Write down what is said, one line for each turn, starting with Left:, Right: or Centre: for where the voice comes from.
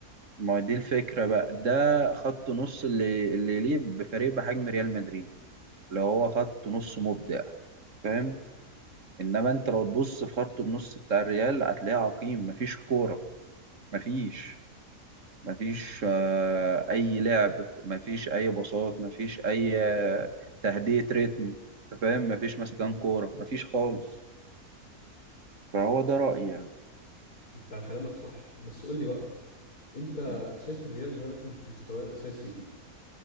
Right: ما هو دي الفكرة بقى ده خط نص اللي اللي يليق بفريق بحجم ريال مدريد اللي هو خط نص مبدع فاهم انما انت لو تبص في خط النص بتاع الريال هتلاقيه عقيم مفيش كوره مفيش مفيش آه، اي لعب مفيش اي باصات مفيش اي آه، تهدئه ريتم أنت فاهم مفيش مسكان كوره مفيش خالص فهو ده رايي يعني
Left: انت كلامك صح بس قول لي بقى انت
Right: م.
Left: شايف الريال دلوقتي مش في مستواه الاساسي